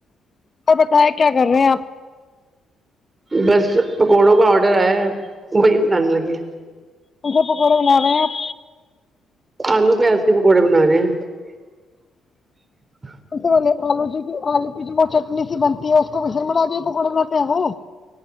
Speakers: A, on the left (about 35°); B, on the right (about 25°).
A: اور بتیں کیا کر رہے ہیں آپ
B: بس پکوڑوں کا آڈر آیا ہے وہی بنانے لگے
A: انھے پکوڑے بنا رہے ہیں آپ
B: آلو پیاز کے پکوڑے بنا رہے ہیں <inaudible>
A: سے بولے آلو جی کی آلو کی جو وہ چٹنی سی بنتی ہے اس کو و میں بنا کے پکوڑا باتے ہیں وہ